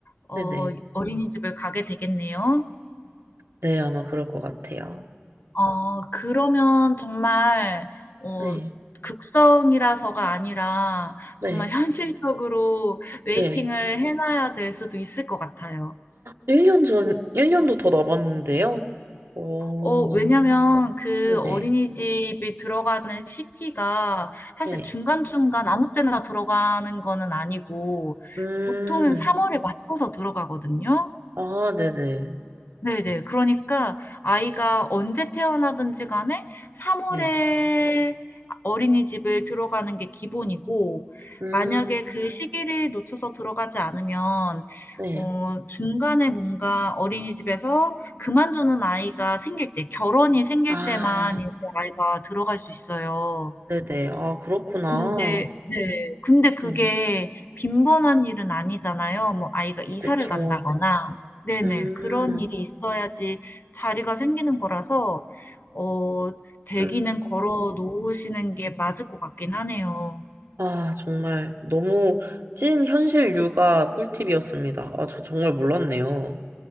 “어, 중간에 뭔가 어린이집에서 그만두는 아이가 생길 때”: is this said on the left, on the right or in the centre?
Left